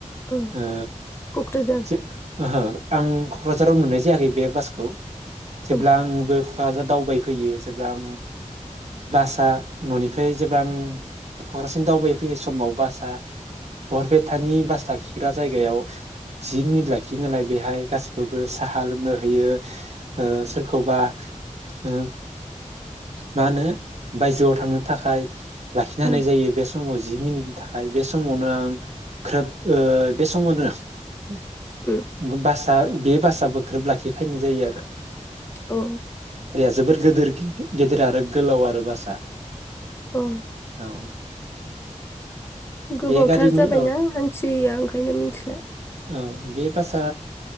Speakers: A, on the left; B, on the right.
A: औ
B: ओ
A: कक्राझार
B: जे ओहो आं क'क्राझाराव नुनाय जायाखै बे बासखौ जेब्ला
A: औ
B: आंबो क'क्राझार दावबायफैयो जेब्ला आं बासआ न'निफ्राय जेब्ला आं क'क्राझारसिम दावबायफैयो समाव बासआ बरपेटानि बास लाखिग्रा जायगायाव जि मिनिथ लाखियो नालाय बेहाय गासै खौबो साहा लोंनो होयो ओ सोरखौबा ओ मा होनो बायजोआव थांनो थाखाय लाखिनो
A: उम
B: हानाय जायो बे फुंआव जि मिनिटनि थाखाय बे समावनो आं ख्रोब ओ बे समावनो <inaudible>
A: उम
B: बास ओ बे बासआबो ग्रोब लाखि फैनाय जायो आरो।
A: ओ।
B: जोबोर गिदिर गेदिर आरो गोलाव आरो बासा।
A: औ
B: औ।
A: गोबावथार
B: बे गारिनि
A: जाब बायना
B: औ
A: मानसिया ओंखायनो मिथिला।
B: औ बे बासा